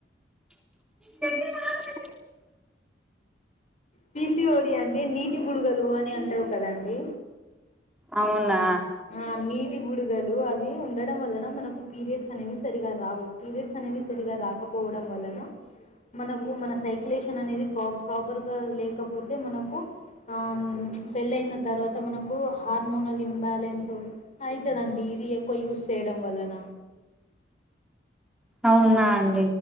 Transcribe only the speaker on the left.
పీసి ఓడి అంటే నీటి బుడుగలు అని అంటారు కదా అండి
ఆ నీట్ టి బుడుగలు అవి ఉండడం వలన మనకు పీరియడ్స్ అనేవి సరిగా రావు పీరియడ్స్ అనేవి సరిగా రా పోవడం వలన మనకు మన సైక్లేషన్ అనేది ప్రిపేర్ గా లేకపోతే మనకు ఆ పెళ్ళి అయిన తర్వాత మనకు హార్మోనల్ ఇన్బాలెన్స్ అయ్యితదండి ఇది ఎక్కువ యూస చేయడం వలన